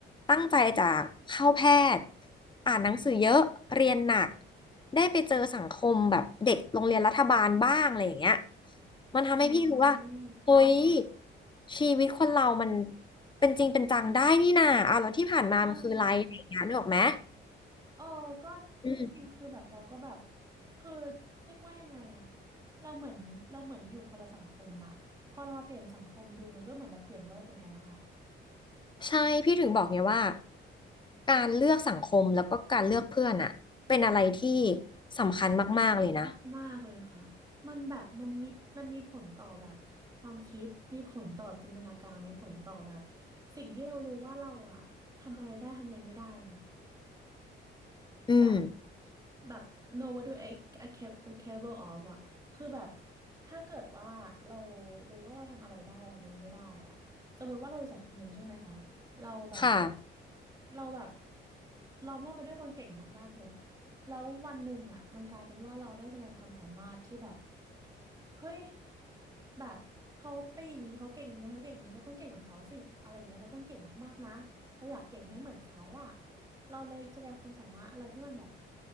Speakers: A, on the left (about 25°); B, on the right (about 20°).
A: ตั้งใจจะเข้าแพทย์อ่านหนังสือเยอะเรียนหนักได้ไปเจอสังคมแบบเด็กโรงเรียนรัฐบาลบ้างอะไรอย่างเงี้ยมันทำให้พี่รู้ว่า
B: อ่า
A: เฮ้ยชีวิตคนเรามันเป็นจริงเป็นจังได้นี่นาอ่ะแล้วที่ผ่านมามันคืออะไรอะไรอย่างเงี้ยนึกออกไหม
B: ใช่ เออ ก็จริงๆคือแบบเราก็แบบ
A: อืม
B: คือเรียกว่ายังไงอะเราเหมือนเราเหมือนอยู่คนละสังคมอะพอเรามาเปลี่ยนสังคมดูมันก็เหมือนแบบเปลี่ยนโลกเหมือนกันนะคะ
A: ใช่พี่ถึงบอกไงว่าการเลือกสังคมแล้วก็การเลือกเพื่อนอะเป็นอะไรที่สำคัญมากๆเลยนะ
B: มากมากเลยค่ะมันแบบมันมีมันมีผลต่อแบบความคิด มีผลต่อจินตนาการมีผลต่อแบบสิ่งที่เรารู้ว่าเราอะทำอะไรได้ทำอะไรไม่ได้นะ
A: อืม
B: แบบแบบ no what do I I cap- like capable of อะคือแบบถ้าเกิดว่าเรารู้ว่าเราทำอะไรได้เราทำอะไรไม่ได้อะสมมติว่าเราอยู่สังคมหนึ่งใช่ไหมคะเราแบบ
A: ค่ะ
B: เราแบบล้อมรอบไปด้วยคนเก่งมากๆเลยแล้ววันหนึ่งอะมันกลายเป็นว่าเราได้แสดงความสามารถที่แบบเฮ้ยแบบเขาไปนอย่างนี้เขาเก่งอย่างงู้นเขาเก่งอย่างนี้เราต้องเก่งเหมือนเขาสิอะไรอย่างเงี้ยเราต้องเก่งมากๆนะ เราอยากเก่งมาให้เหมือนเขาอะเราเลยแสดงความสามารถอะไรที่มันแบบ